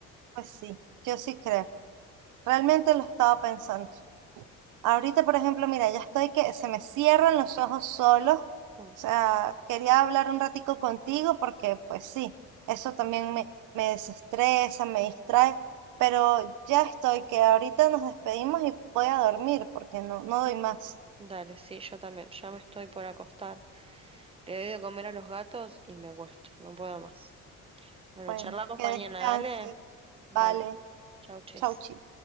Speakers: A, on the right; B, on the right.
A: pues sí, yo sí creo. Realmente lo estaba pensando. Ahorita, por ejemplo, mira, ya estoy que se me cierran los ojos solos. O
B: Mm,
A: sea, quería hablar un ratico contigo porque, pues sí, eso también me, me desestresa, me distrae, pero ya estoy que ahorita nos despedimos y voy a dormir porque no, no doy más.
B: Dale, sí, yo también, ya me estoy por acostar. Le doy de comer a los gatos y me acuesto, no puedo más. Bueno,
A: Bueno,
B: charlamos
A: que
B: mañana,
A: descanses.
B: dale, dale.
A: Vale,
B: Chau, chis.
A: chau, chi.